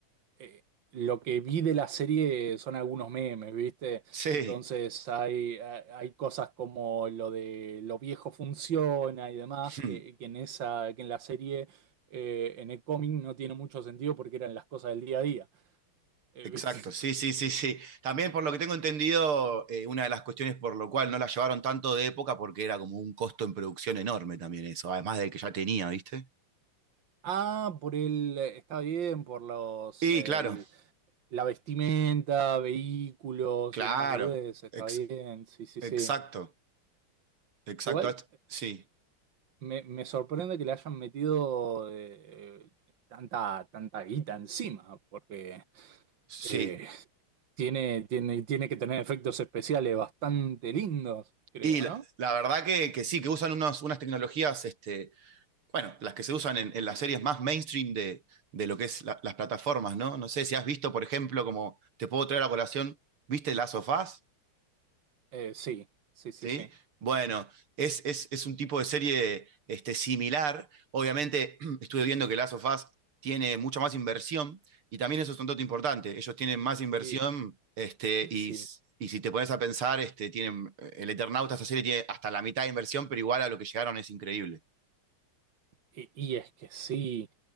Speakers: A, on the right; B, on the right.
A: eh, lo que vi de la serie son algunos memes, ¿viste?
B: sí.
A: Entonces hay, ha- hay cosas como lo de lo viejo funciona y demás,
B: <laughs>
A: que, que en esa, que en la serie, eh, en el cómic no tiene mucho sentido porque eran las cosas del día a día, eh,
B: Exacto,
A: ¿viste? <laughs>
B: sí, sí, sí, sí. También por lo que tengo entendido, eh, una de las cuestiones por lo cual no la llevaron tanto de época, porque era como un costo en producción enorme también eso, además del que ya tenía, ¿viste?
A: Ah, por el, está bien, por los,
B: Y
A: el-
B: claro,
A: la vestimenta, vehículos
B: Claro,
A: y demás boludeces, está
B: ex-
A: bien, sí, sí,
B: exacto,
A: sí.
B: exacto.
A: Igual.
B: Est- Sí,
A: Me, me sorprende que le hayan metido eh, tanta, tanta guita encima, porque
B: sí.
A: eh, tiene, tiene, tiene que tener efectos especiales bastante lindos, creo,
B: Y la,
A: ¿no?
B: la verdad que, que sí, que usan unos- unas tecnologías, este, bueno, las que se usan en, en las series más mainstream de, de lo que es la- las plataformas, ¿no? No sé si has visto, por ejemplo, como te puedo traer a colación, ¿viste Last of Us?
A: Eh, sí, sí, sí,
B: ¿sí?
A: sí.
B: Bueno, es, es, es un tipo de serie este, similar. Obviamente, <clears throat> estuve viendo que Last of Us tiene mucha más inversión y también eso es un dato importante. Ellos tienen más inversión
A: Y,
B: este,
A: y
B: y,
A: sí,
B: s- y si te pones a pensar, este, tienen, el Eternauta, esta serie tiene hasta la mitad de inversión, pero igual a lo que llegaron es increíble.
A: y, y es que sí.